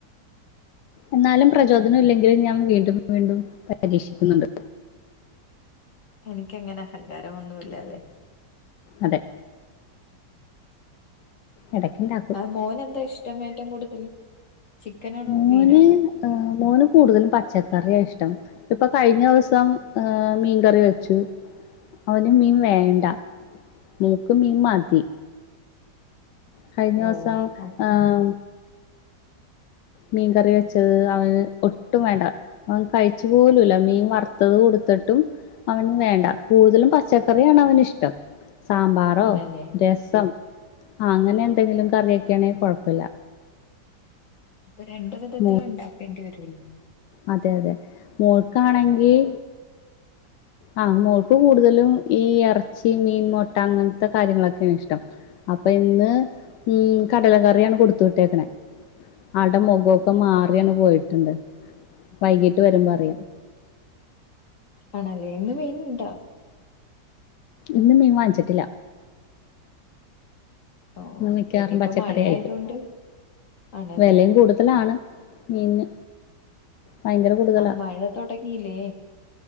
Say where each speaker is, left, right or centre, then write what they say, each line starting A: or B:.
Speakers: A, on the left; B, on the left.
A: എന്നാലും പ്രചോദനം
B: ഉം
A: ഇല്ലെങ്കിലും ഞാൻ വീണ്ടും വീണ്ടും പരിക്ഷിക്കുന്നുണ്ട്.
B: എനിക്ക് അങ്ങനെ അഹങ്കാരം ഒന്നു ഇല്ലല്ലേ
A: അതെ ഇടയ്ക്കുണ്ടാക്കും
B: മോൻ എന്താ ഇഷ്ടം ഏറ്റവും കൂടുതൽ ചിക്കനാണോ
A: മോന്
B: മീനാണോ
A: ആ മോൻ കൂടുതലും പച്ചക്കറിയാ ഇഷ്ടം ഇപ്പൊ കഴിഞ്ഞ ദിവസം മീൻകറി വെച്ചു അവന് മീൻ വേണ്ട മോൾക്ക് മീൻ മതി കഴിഞ്ഞ
B: ഓ
A: ദിവസം
B: അപ്പ-
A: ആഹ മീൻ കറി വെച്ചത് അവന് ഒട്ടും വേണ്ട അവൻ കഴിച്ചു പോലൂല മീൻ വറുത്തത് കൊടുത്തിട്ടും. അവന് വേണ്ട കൂടുതലും പച്ചക്കറിയാണ് അവന് ഇഷ്ടം. സാമ്പാറോ
B: ആണല്ലേ
A: രസം അങ്ങനെ എന്തെങ്കിലും കറിയൊക്കൊണെങ്കിൽ കുഴപ്പല്ല.
B: അപ്പൊ രണ്ട് വിധത്തിഉണ്ടാക്കേണ്ടി
A: മോ
B: വരൂല്ലേ
A: അതെ അതെ മോൾ ക്കാണെങ്കിൽ
B: <inaudible>
A: ആഹ മോൾക്ക് കൂടുതലും ഈ എറച്ചി, മീൻ, മുട്ട, അങ്ങനത്തെ കാര്യങ്ങളൊക്കെയാണ് ഇഷ്ടം. അപ്പൊ ഇന്ന് കടല കറിയാണ് കൊടുത്ത് വിട്ടേക്കണെ ആൾടെ മുഖമൊക്കെ മാറിയാണ് പോയിട്ടുണ്ട് വൈകീട്ട് വരുമ്പോ അറിയാം
B: ആണല്ലേ ഇന്ന് മീൻ ഇണ്ടോ?
A: ഇന്ന് മീൻ വാങ്ങിച്ചിട്ടില്ല
B: ഓ
A: ന്ന് മിക്കാറും
B: പിന്നെ ഇപ്പ
A: പച്ചക്കറി
B: മഴയായതുകൊണ്ട്
A: ആയിരിക്കും
B: ആണല്ലേ
A: വിലയും കൂടുതലാണ് മീനിന് ഭയങ്കര കൂടുതലാ
B: ആഹ് മഴ തൊടങ്ങില്ലേ